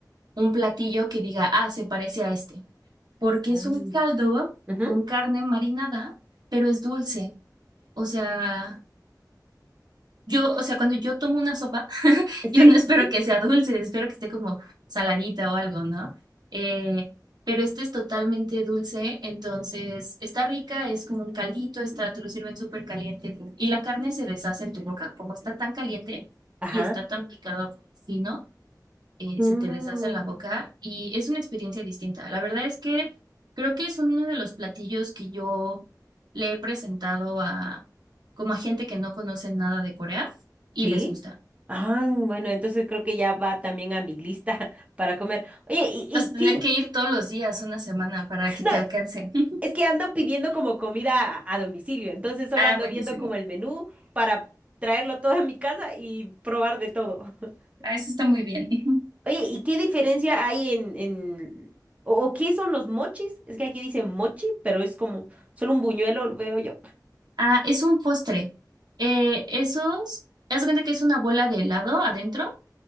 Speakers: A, on the right; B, on the right.
A: un platillo que diga, ah, se parece a este, porque
B: Ah.
A: es un caldo
B: Ujú.
A: con carne marinada, pero es dulce. O sea, yo, o sea, cuando yo tomo una sopa,
B: Sí.
A: yo no espero que sea dulce, espero que esté como saladita o algo, ¿no? Eh, pero este es totalmente dulce, entonces está rica, es como un caldito, está, te lo sirven súper caliente y la carne se deshace en tu boca. Como está tan caliente
B: Ajá.
A: y está tan picado fino, eh,
B: Mm.
A: se te deshace en la boca y es una experiencia distinta. La verdad es que creo que es uno de los platillos que yo le he presentado a como a gente que no conoce nada de Corea y
B: ¿Sí?
A: les gusta.
B: Ah, bueno, entonces creo que ya va también a mi lista <laughs> para comer. Oye, ¿y, y
A: Vas a
B: qué?
A: tener que ir todos los días, una semana, para que
B: No,
A: te alcance. <laughs>
B: es que ando pidiendo como comida a, a domicilio, entonces solo
A: Ah,
B: ando
A: buenísimo.
B: viendo como el menú para traerlo todo a mi casa y probar de todo. <laughs>
A: Ah, eso está muy bien. <laughs>
B: Oye, ¿y qué diferencia hay en, en... o, o qué son los mochis? Es que aquí dice mochi, pero es como solo un buñuelo, lo veo yo.
A: Ah, es un postre. Eh, esos, haz de cuenta que es una bola de helado adentro